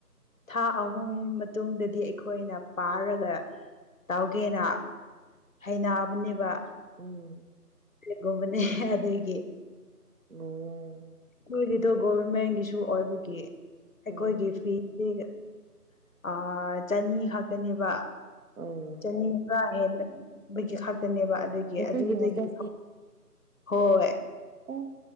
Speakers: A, on the left (about 55°); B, on the right (about 65°).
A: ꯊꯥ ꯑꯍꯨꯝ ꯃꯇꯨꯡꯗꯗꯤ ꯑꯩꯈꯣꯏꯅ ꯄꯥꯔꯒ ꯇꯧꯒꯦꯅ ꯍꯩꯅꯕꯅꯦꯕ
B: ꯎꯝ
A: ꯀꯩꯒꯨꯝꯕꯅꯦ ꯑꯗꯨꯒꯤ
B: ꯑꯣ
A: ꯀꯨꯏꯔꯦꯗꯣ ꯒꯣꯕ꯭ꯔꯃꯦꯟꯒꯤꯁꯨ ꯑꯣꯏꯕꯒꯤ ꯑꯩꯈꯣꯏꯒꯤ
B: ꯎꯝ
A: ꯐꯤ ꯄꯤꯒ ꯑ ꯆꯅꯤ ꯈꯛꯇꯅꯦꯕ
B: ꯑꯣ
A: ꯑꯅꯤꯝ ꯀꯥ ꯍꯦꯟꯂ ꯕꯒꯤ ꯈꯛꯇꯅꯦꯕ ꯑꯗꯨꯒꯤ
B: ꯅꯈꯣꯏꯒꯤ
A: ꯑꯗꯨꯗꯒꯤ
B: ꯍꯣꯁꯇꯦꯜ
A: ꯍꯣꯏ
B: ꯎꯝ